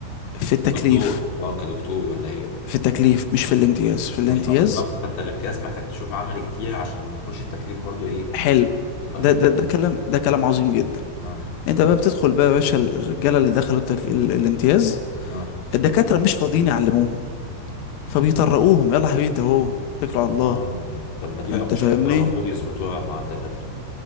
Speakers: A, on the left; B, on the left.
A: في التكليف
B: كدكتور اه كدكتور ولا ايه
A: في التكليف مش في الامتياز في الامتياز
B: ماشي ما بالظبط فانت الامتياز محتاج تشوف عملي كتير عشان لما تخش التكليف برضو ايه
A: حلو
B: تبقى
A: ده
B: فيه خ-
A: ده ده كلام ده كلام عظيم جدا
B: اه
A: انت بقى بتدخل بقى يا باشا الرجاله اللي دخلوا التك... ال- الامتياز
B: اه
A: الدكاتره مش فاضيين يعلموهم فبيطرقوهم يلا يا حبيبي انت اهو اتكلوا على الله
B: اه طب ما دي بقى
A: انت
B: مشكلة
A: فاهمني
B: بقى المفروض يظبطوها مع الدكاترة